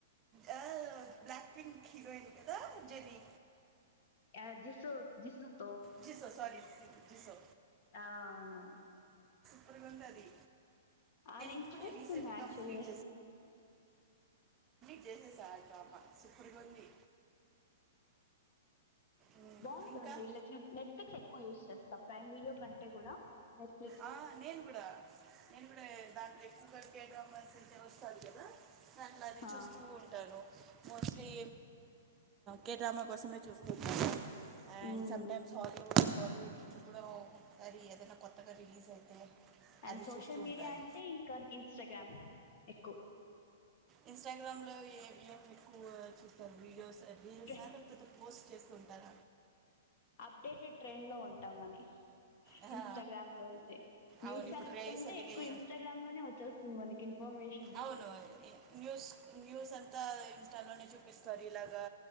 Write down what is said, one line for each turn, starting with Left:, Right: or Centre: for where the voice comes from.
Right: ఆ బ్లక్ పింక్ హీరోయిన్ కదా అంజలీ
Left: యా జిస్సు జిస్సుతో <unintelligible>
Right: జీ స్ ఓసారి జీ సో
Left: ఆ అవునవును
Right: సూపర్ గా ఉంది అది
Left: ఆ నేను
Right: ఇప్పుడే
Left: చూస్తున్నా
Right: రీసెంట్
Left: యాక్చువలి
Right: కంప్లీట్ <unintelligible> రామా సూపర్ గా ఉంది మ్మ్,
Left: బాగుంటుంది
Right: ఇంకా
Left: లైక్ నెట్ ఫ్లిక్స్ ఎక్కువ యూజ్ చేస్తాం ప్రైమ్ వీడియో కంటే కూడా నెట్ఫ్లిక్స్
Right: ఆ నేను కూడా నేను కూడా దాంట్లో ఎక్కువగా కే డ్రామాస్ వస్తాది కదా అట్లా అది
Left: ఆ
Right: చూస్తూ ఉంటాను మోస్ట్ లీ కేె డ్రామా కోసమే చూస్తు ఉంటాను and
Left: um
Right: some times Hollywood Bollywood లో కూడా ఒకసారి ఏదైనా కొత్తగా రిలీజ్ అయితే
Left: అండ్
Right: అది
Left: సోషల్
Right: చూస్తూ
Left: మీడియా
Right: ఉంటాను
Left: అంటే ఇంకా ఇన్స్టాగ్రామ్ ఎక్కువ
Right: ఇన్ స్ట్రాగ్రామ్ లో ఏమ్ ఏమి ఎక్కువ చూస్తారు వీడియోస్ రీల్స్
Left: ట్రె
Right: అ లేకపోతే పోస్ట్ చేస్తు ఉంటార
Left: అప్డేటెడ్ ట్రెండ్ లో ఉంటామని
Right: ఆహా,
Left: ఇన్స్టాగ్రామ్ లో అయితే న్యూస్
Right: అవును
Left: ఛానల్స్
Right: ఇప్పుడు రీసెంట్గా
Left: కంటే ఎక్కువ
Right: ఏం
Left: ఇన్స్టాగ్రామ్ లోనే వచ్చేస్తుంది మనకి ఇన్ఫర్మేషన్
Right: అవును ఏ- న్యూస్ న్యూస్ అంతా ఇన్స్టాలోనే చూపిస్తారు ఇలాగా